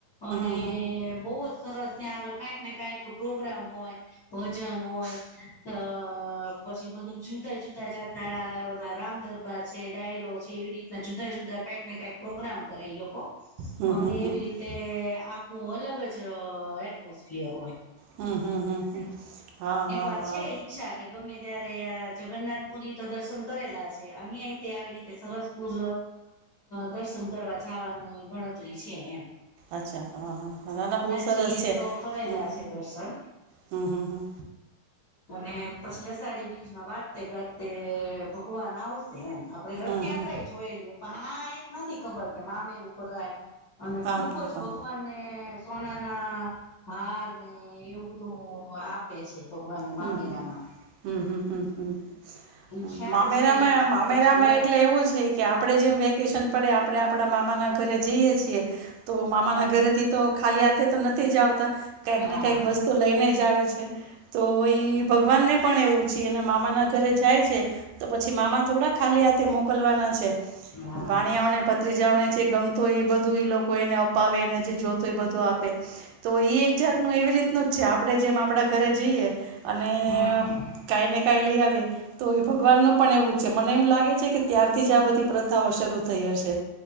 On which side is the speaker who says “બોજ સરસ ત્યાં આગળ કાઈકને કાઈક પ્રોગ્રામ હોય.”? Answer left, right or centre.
Left